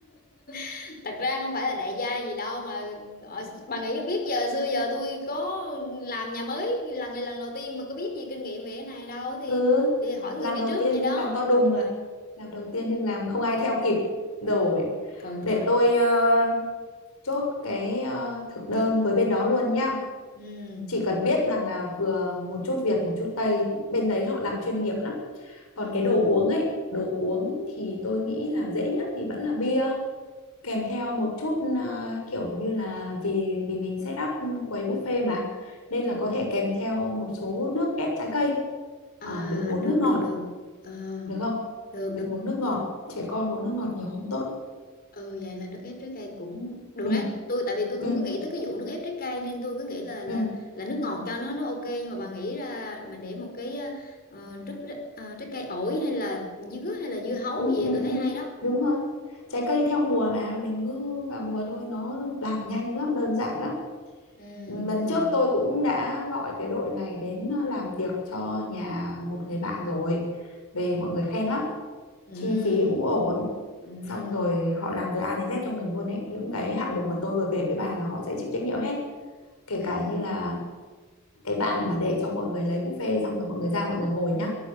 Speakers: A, on the left; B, on the left.
A: <laughs> thật ra không phải là đại gia gì đâu mà ờ, bà nghĩ biết giờ xưa giờ tôi có làm nhà mới lần này lần đầu tiên mà có biết gì kinh nghiệm về cái này đâu thì
B: ừ
A: thì hỏi người
B: làm
A: đi
B: đầu
A: trước
B: tiên
A: vậy
B: nhưng
A: đó
B: làm to đùng à làm đầu tiên nhưng làm không ai theo kịp rồi
A: Thôi
B: để
A: thôi.
B: tôi ờ, chốt cái ờ, thực đơn với bên đó luôn nhá
A: ừ
B: Chỉ cần biết rằng là vừa một chút Việt, một chút Tây, bên đấy họ làm chuyên nghiệp lắm. Còn
A: ừ
B: cái đồ uống ấy, đồ uống thì tôi nghĩ là dễ nhất thì vẫn là bia kèm theo một chút à, kiểu như là vì vì mình set up quầy buffet mà nên là
A: Ừ.
B: có thể kèm theo một số nước ép trái cây. Ờ,
A: à
B: đừng uống
A: được
B: nước ngọt
A: được được ờ,
B: được không?
A: được
B: Đừng uống nước ngọt, trẻ con uống nước ngọt nhiều không tốt.
A: Ừ vậy là nước ép trái cây cũng được
B: Ừ
A: đấy. Tôi tại vì tôi
B: ừ
A: không có nghĩ tới cái vụ nước ép trái cây nên tôi cứ nghĩ là là
B: ừ.
A: là nước ngọt cho nó nó ok nhưng mà bà nghĩ ra mình để một cái ờ, nước ờ, trái cây ổi hay là dứa hay là dưa hấu
B: ừ,
A: gì
B: ừ,
A: tôi thấy
B: ừ.
A: hay đó.
B: đúng rồi trái cây theo mùa mà mình cứ vào mùa thôi nó làm nhanh lắm đơn giản lắm
A: Ừ
B: Ừ, lần
A: được.
B: trước tôi cũng đã gọi cái đội này đến ờ, làm tiệc cho nhà một người bạn rồi về mọi người khen lắm
A: Ừ.
B: chi phí cũng ổn
A: Ừ.
B: xong rồi họ làm từ A đến Z cho mình luôn ấy những cái hạng mục mà tôi vừa kể với bà là họ sẽ chịu trách nhiệm hết kể cả
A: Ê.
B: như là cái bàn mà để cho mọi người lấy buffet xong rồi mọi người ra mọi người ngồi nhá